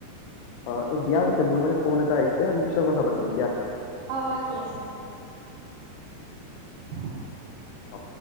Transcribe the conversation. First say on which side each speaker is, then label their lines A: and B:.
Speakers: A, on the left; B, on the right.
A: অহ এ দিয়া পিছে মোৰ মানে ফোন এটা আহিছে মই পিছত কথা পাতিম দিয়া।
B: অ অ ঠিক আছে দিয়ক <inaudible> <unintelligible>
A: অ